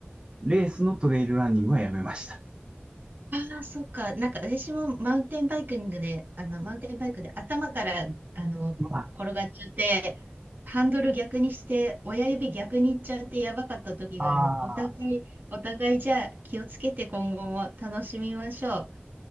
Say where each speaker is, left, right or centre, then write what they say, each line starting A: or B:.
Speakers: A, on the right; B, on the right.
A: レースのトレイルランニングはやめました。
B: ああ、そっか。なんか私もマウンテンバイキングで、あの、マウンテンバイクで頭から、あの、
A: まあ、
B: 転がっちゃって、ハンドル逆にして、親指逆にいっちゃってやばかった時があるね。
A: ああ。
B: お互い、お互いじゃあ気をつけて今後も楽しみましょう。